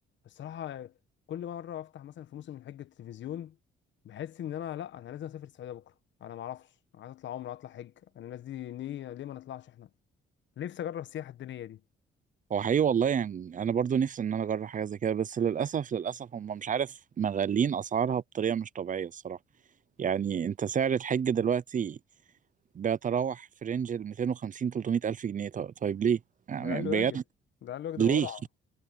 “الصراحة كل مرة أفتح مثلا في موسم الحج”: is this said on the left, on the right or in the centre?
Left